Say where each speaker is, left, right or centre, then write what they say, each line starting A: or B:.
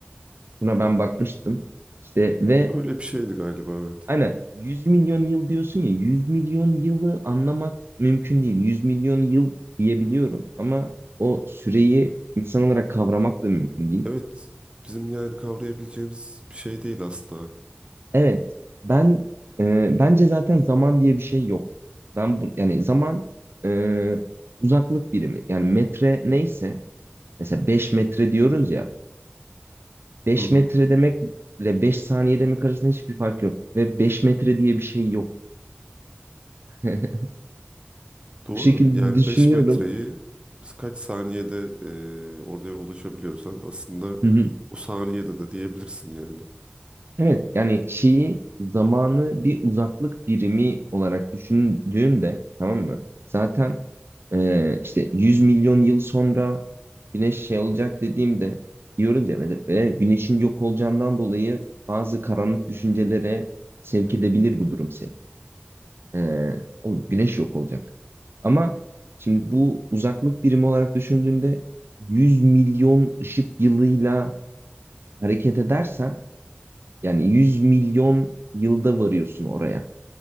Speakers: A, on the right (about 75°); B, on the right (about 25°).
A: Buna ben bakmıştım. İşte ve
B: Öyle bir şeydi galiba evet.
A: Aynen 100 milyon yıl diyorsun ya 100 milyon yılı anlamak mümkün değil. 100 milyon yıl diyebiliyorum ama o süreyi insan olarak kavramak da mümkün değil.
B: Evet bizim yani kavrayabileceğimiz bir şey değil asla.
A: Evet ben e, bence zaten zaman diye bir şey yok. Ben bu yani zaman e, uzaklık birimi yani metre neyse mesela 5 metre diyoruz ya 5
B: Hı hı.
A: metre demekle 5 saniye demek arasında hiçbir fark yok ve 5 metre diye bir şey yok. <laughs>
B: Doğru
A: Bu şekilde
B: yani
A: düşünüyorum.
B: 5 metreyi biz kaç saniyede e, oraya ulaşabiliyorsan aslında
A: <laughs>
B: o saniyede de diyebilirsin yani.
A: Evet yani şeyi zamanı bir uzaklık birimi olarak düşündüğümde tamam mı? Zaten e, işte 100 milyon yıl sonra güneş şey olacak dediğimde diyoruz ya mesela "E, güneşin yok olacağından dolayı bazı karanlık düşüncelere sevk edebilir bu durum seni. E, oğlum güneş yok olacak. Ama şimdi bu uzaklık birimi olarak düşündüğünde 100 milyon ışık yılıyla hareket edersen yani 100 milyon yılda varıyorsun oraya